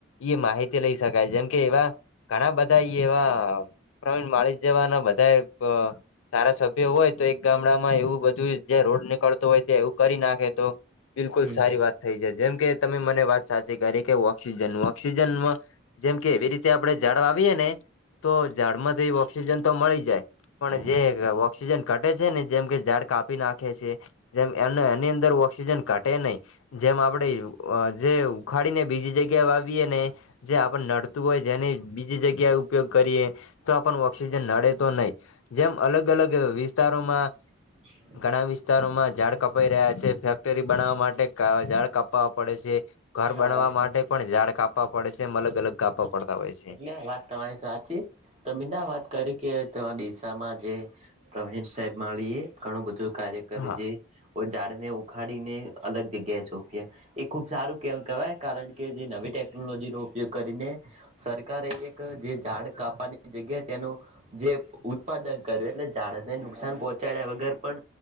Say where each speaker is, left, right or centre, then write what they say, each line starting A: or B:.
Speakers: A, on the left; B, on the right.
A: ઈ માહિતી લઈ શકાય જેમ કે એવા ઘણા બધા ઇયેવા આ પ્રવીણ માળી જવાના બધાયે બ ધારા સભ્ય હોય તો એક ગામડામાં એવું બધું જ્યાં રોડ નીકળતો હોય ત્યાં એવું કરી નાખે તો બિલકુલ
B: હમ
A: સારી વાત થઈ જાય જેમ કે તમે મને વાત સાચી કરી કે ઓક્સિજન ઓક્સિજનમાં જેમ કે એવી રીતે આપડે ઝા ડ વાવીએને તો ઝાડ માંથી ઓક્સિજન તો મળી જાય પણ
B: હમ.
A: જે ઓક્સિજન ઘટે છે ને જેમ કે ઝાડ કાપી નાખે છે જેમ એની અંદર ઓક્સિજન ઘટે નઈ જેમ આપડે જે ઉખાડીને બીજી જગ્યાએ વાવીવએ ને જે આપને નડતું હોય જેની બીજી જગ્યા એ ઉપયોગ કરીએ તો આપ ઓક્સિજન નડે તો નઇ જેમ અલગ અલગ વિસ્તારોમાં
B: <inaudible>
A: ઘણા વિસ્તારોમાં ઝાડ કપાઈ રહ્યા છે ફેક્ટરી બનાવા માટે ઝાડ કપવા પડે છે. ઘર
B: હા
A: બનવા
B: વાત
A: માટે પણ ઝાડ કાપવા પડે છે
B: બરોબર
A: એમ અલગ અલગ કાપવા પડતા હોય છે.
B: એટલે આ વાત તમારી સાચી તમે ના વાત કરી કે ત દિશામાં જે પ્રવિણ સાહેબ માળીએ ઘણું બધું કાર્ય કર્યું
A: હા
B: જે ઓ ઝાડને ઉખાડીને અલગ જગ્યાએ છોપ્યા એ ખુબ સારું કેમ કેવાય કારણ કે જે નવી ટેકનોલોજીનો ઉપયોગ કરી ને સરકારે એક જે ઝાડ કાપાની જગ્યા તેનું. જે ઉત્પાદન કરે ને ઝાડને નુકસાન પહોંચાડ્યા વગર પણ